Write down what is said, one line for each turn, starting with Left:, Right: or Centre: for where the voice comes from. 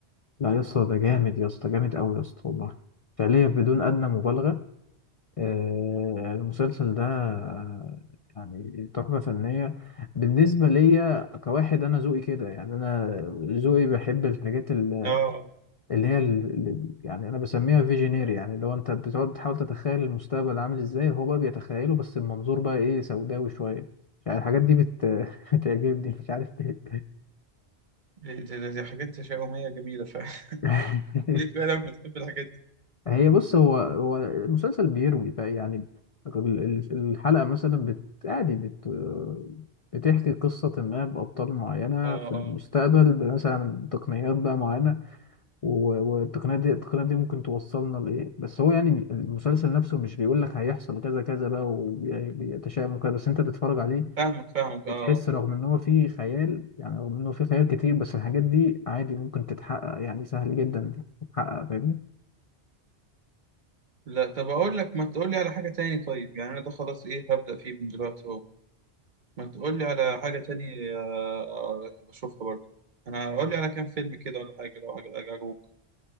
Left: لا يا اسطى ده جامد يا اسطى جامد قوي يا اسطى والله فعليا بدون ادنى مبالغة آه، المسلسل ده آه، يعني تحفة فنية بالنسبة ليا كواحد أنا ذوقي كده يعني أنا ذوقي بحب الحاجات ال-
Right: اه
Left: اللي هي اللي يعني أنا بسميها فيجينير يعني لو أنت بتقعد تحاول تتخيل المستقبل عامل إزاي هو بقى بيتخيله بس المنظور بقى إيه سوداوي شوية يعني الحاجات دي بت... <laughs> بتعجبني مش عارف ليه
Right: دي, دي, دي حاجات تشاؤميه جميله فعلا <laughs>
Left: <laughs>
Right: ليك فعلا بتحب الحاجات دي
Left: هي بص هو هو المسلسل بيروي فيعني ال- ال- الحلقة مثلا بت عادي بت بتحكي قصة ما بأبطال معينة
Right: اه
Left: في المستقبل
Right: اه
Left: مثلا تقنيات بقى معينة و- والتقنيات دي التقنيات دي ممكن توصلنا لإيه بس هو يعني المسلسل نفسه مش بيقول لك هيحصل كذا كذا بقى وبيتشائم وكده بس أنت بتتفرج عليه
Right: فاهمك فاهمك
Left: بتحس
Right: اه
Left: رغم إن هو فيه خيال يعني رغم إنه فيه خيال كتير بس الحاجات دي عادي ممكن تتحقق يعني سهل جدا تتحقق فاهمني
Right: لا طب اقول لك ما تقول لي على حاجه تاني طيب يعني انا ده خلاص ايه هبدا فيه من دلوقتي اهو. ما تقول لي على حاجة تاني آه، بشوفها برضه انا اقول لي على كام فيلم كده ولا حاجة لو حاجة عجبوك